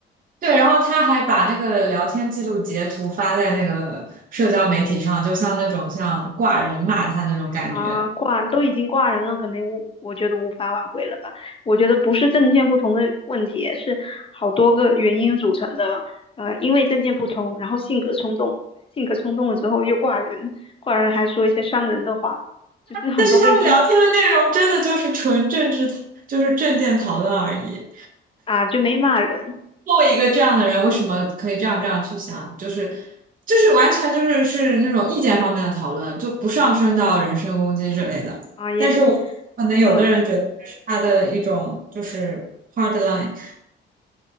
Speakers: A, on the right (about 45°); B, on the left (about 25°).
A: 对，然后他还把那个聊天记录截图发在那个社交媒体上，就像那种像挂人骂他那种感觉。
B: 啊，挂都已经挂人了，可能我我觉得无法挽回了吧。我觉得不是证件不同的问题，是好多个原因组成的。呃，因为证件不同，然后性格冲动，性格冲动了之后又挂人，挂人还说一些伤人的话，就是很多个因素
A: 但是他们聊天的内容真的就是纯政治，就是政见讨论而已。
B: 啊，就没骂人
A: 作为一个这样的人，为什么可以这样这样去想？就是就是完全就是是那种意见方面的讨论，就不上升到人身攻击之类的。
B: 啊，也
A: 但是我可能有的人觉得这是他的一种就是
B: 嗯
A: hard line